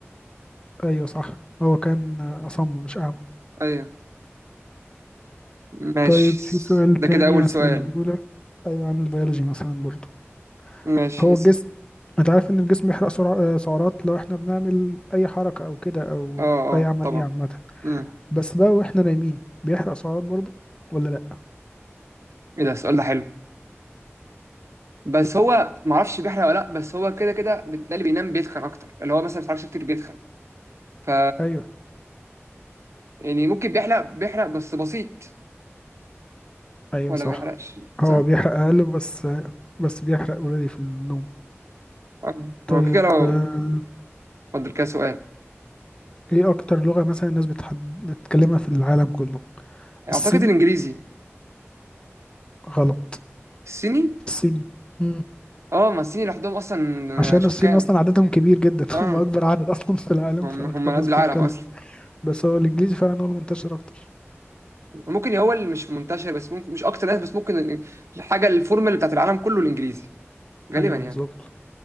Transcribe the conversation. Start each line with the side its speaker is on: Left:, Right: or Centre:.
Left: ايوه صح هو كان آه، اصم مش اعمى
Right: أيوه ماشي
Left: طيب في سؤال
Right: ده
Left: تاني
Right: كده أول
Left: هسأله
Right: سؤال
Left: لك ايوه عن البيولوجي مثلا برضو
Right: ماشي
Left: هو
Right: اسم
Left: الجسم انت عارف ان الجسم بيحرق سرع- آه، سعرات لو احنا بنعمل اي حركه او كده او
Right: اه
Left: اي
Right: اه
Left: عمليه
Right: طبعا
Left: عامه
Right: مم.
Left: بس بقى واحنا نايمين بيحرق سعرات برضه ولا لا
Right: ايه ده السؤال ده حلو بس هو معرفش بيحرق ولا لأ بس هو كده كده بتلاقي اللي بينام بيتخن أكتر اللي هو مثلا ما بيتحركش كتير بيتخن ف
Left: ايوه
Right: يعني ممكن بيحرق بيحرق بس بسيط
Left: ايوه
Right: ولا
Left: صح
Right: ما بيحرقش
Left: هو
Right: صح؟
Left: بيحرق اقل بس بس بيحرق اوريدي في النوم
Right: آه.
Left: طيب
Right: هو كده لو
Left: آه،
Right: اتفضل كده سؤال
Left: ايه اكتر لغة مثلا الناس بتحد... بتتكلمها في العالم كله
Right: أعتقد
Left: الصيني
Right: الإنجليزي
Left: غلط
Right: الصيني
Left: الصيني مم.
Right: اه ما الصين لوحدهم اصلا
Left: عشان
Right: شوف
Left: الصين
Right: كام
Left: اصلا عددهم كبير جدا
Right: اه
Left: <laughs> هم اكبر عدد اصلا في العالم
Right: هم
Left: فاكتر
Right: هم
Left: ناس
Right: قد العالم
Left: بتتكلم
Right: اصلا
Left: بس هو الانجليزي فعلا هو المنتشر اكتر
Right: ممكن هو اللي مش منتشر بس ممكن مش اكتر ناس بس ممكن ال- الحاجه الفورمال بتاعت العالم كله الانجليزي غالبا
Left: ايوه
Right: يعني
Left: بالظبط